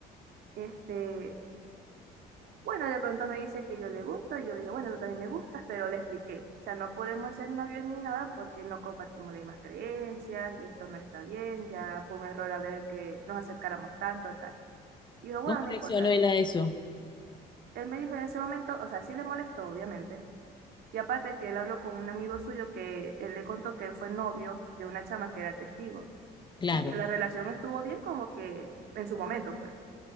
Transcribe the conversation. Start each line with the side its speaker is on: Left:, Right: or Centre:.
Right: este, Bueno, de pronto me dice que yo le gusto y yo le dije, bueno, tú también me gustas, pero le expliqué. O sea, no podemos ser novios ni nada porque no compartimos las mismas creencias, y esto no está bien, ya fue un error haber que nos acercáramos tanto, tal. Y yo, bueno,
Left: ¿Cómo
Right: no
Left: reaccionó
Right: importa.
Left: él a eso?
Right: Él me dijo en ese momento, o sea, sí le molestó, obviamente. Y aparte que él habló con un amigo suyo que él le contó que él fue novio de una chama que era testigo
Left: Claro,
Right: y que la relación estuvo bien como que en su momento, pues.